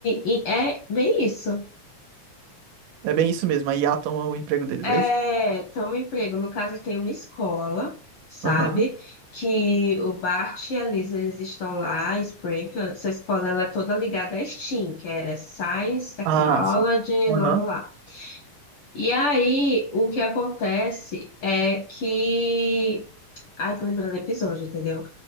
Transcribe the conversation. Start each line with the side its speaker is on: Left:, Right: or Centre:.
Left: e é bem isso.
Right: É bem isso mesmo. A IA toma o emprego deles,
Left: É,
Right: é isso?
Left: toma um emprego. No caso, tem uma escola, sabe?
Right: Aham.
Left: Que o Bart e a Lisa, eles estão lá em Springfield. Essa escola, ela é toda ligada à STEAM, que é Science, Technology,
Right: Ah, sim. Aham.
Left: lá, lá, lá. E aí, o que acontece é que... Ai, tô lembrando do episódio, entendeu?